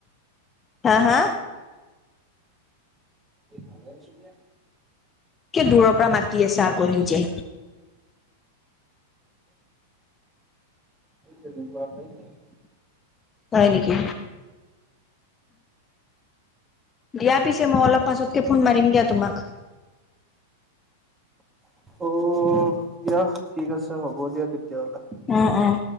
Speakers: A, on the left (about 20°); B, on the right (about 20°).
A: হা হা
B: আ চুপিয়া
A: কিয় দূৰৰ পৰা মাতি আছা আকৌ নিজে
B: চেলবাকাই যায়
A: হয় নেকি দিয়া পিছে মই অলপ পাছতকে ফোন মাৰিম দিয়া তোমাক
B: অ দিয়া ঠিক আছে হ'ব দিয়া তেতিয়াহলে
A: অ', অ'।